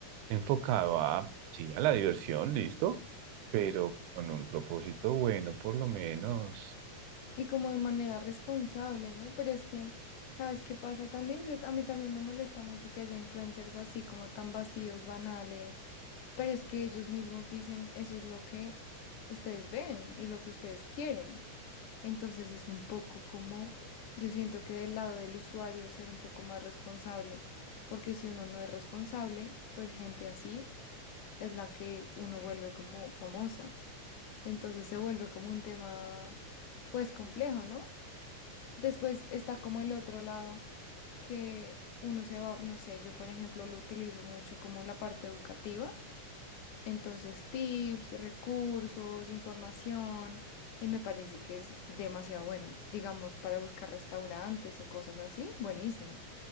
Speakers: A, on the right; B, on the left.
A: enfocado a, sí, a la diversión, listo, pero con un propósito bueno, por lo menos.
B: y como de manera responsable, ¿no? Pero es que, ¿sabes qué pasa también? Yo, a mí también me molesta mucho que haya influencers así como tan vacíos, banales, pero es que ellos mismos dicen, eso es lo que ustedes ven y lo que ustedes quieren. Entonces es un poco como, yo siento que del lado del usuario ser un poco más responsable, porque si uno no es responsable, pues gente así es la que uno vuelve como famosa. Entonces se vuelve como un tema, pues complejo, ¿no? Después está como el otro lado, que uno se va, no sé, yo por ejemplo lo utilizo mucho como la parte educativa, entonces tips, recursos, información, y me parece que es demasiado bueno, digamos, para buscar restaurantes o cosas así, buenísimo.